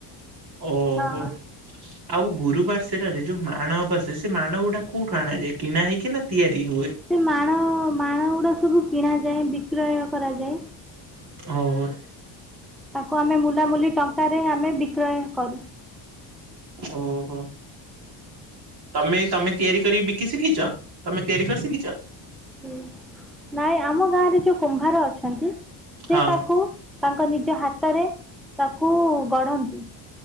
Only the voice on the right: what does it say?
ଓ
ହୋ। ଆଉ ଗୁରୁବାର ସେରରେ ଯୋଉ ମାଣ ବସେ ସେ ମାଣ ଗୁଡା କୋଉଠୁ ଆଣାଯାଏ କିଣା ହେଇକି ନା ତିଆରି ହୁଏ।
ହଉ। ଏ।
ଓହୋ। ତମେ ତମେ ତିଆରି କରି ବିକି ଶିଖିଚ ତମେ ତିଆରି କରି ଶିଖିଚ।
ହଁ